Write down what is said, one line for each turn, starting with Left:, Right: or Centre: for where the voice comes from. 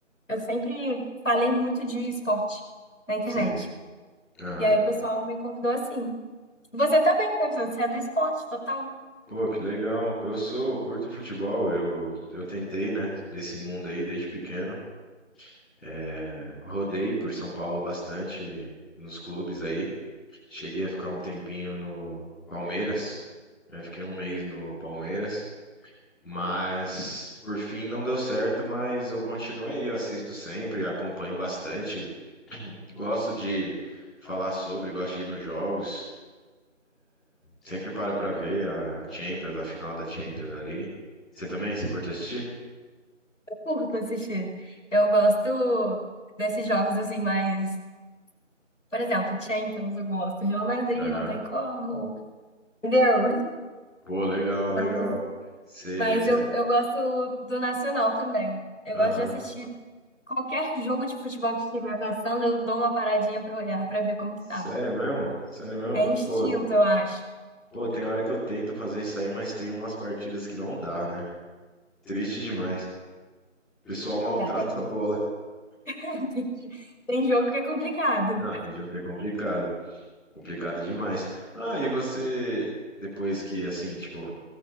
Left: eu sempre falei muito de esporte na internet.
Centre: Sei. Aham.
Left: E aí o pessoal me convidou assim. Você também, né? Você é do esporte total.
Centre: Pô, que legal. Eu sou, eu curto futebol, eu, eu tentei, né, esse mundo aí desde pequeno. É, rodei por São Paulo bastante nos clubes aí. Cheguei a ficar um tempinho no Palmeiras, né? Fiquei um mês no Palmeiras, mas por fim não deu certo, mas eu continuo aí, eu assisto sempre, acompanho bastante, gosto de falar sobre, gosto de ir nos jogos, sempre paro pra ver a a Champions, a final da Champions ali. Você também, você curte assistir?
Left: Eu curto assistir. Eu gosto desses jogos assim, mais. Por exemplo, Champions, eu gosto. Real Madrid,
Centre: Aham.
Left: não tem como. Entendeu?
Centre: Pô, legal,
Left: <laughs>
Centre: legal.
Left: Mas
Centre: Você,
Left: Mas
Centre: você...
Left: eu, eu gosto do Nacional também. Eu
Centre: Aham.
Left: gosto de assistir qualquer jogo de futebol que estiver passando, eu dou uma paradinha pra olhar, pra ver como
Centre: Sério
Left: que tá.
Centre: mesmo? Sério mesmo?
Left: É instinto,
Centre: Pô,
Left: eu acho.
Centre: pô, tem hora que eu tento fazer isso aí, mas tem umas partidas que não dá, né? Triste demais. O pessoal maltrata
Left: É, tem,
Centre: a bola.
Left: <laughs> tem, tem jogo que é complicado.
Centre: Não, tem jogo que é complicado. Complicado demais. Ah, e você, depois que, assim, tipo,